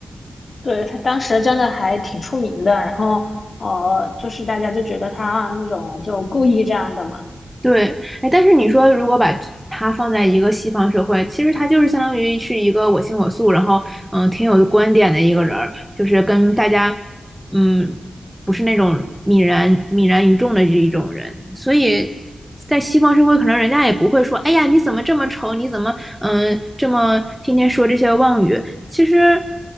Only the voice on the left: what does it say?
对，他当时真的还挺出名的，然后呃，就是大家就觉得他那种就故意这样的嘛，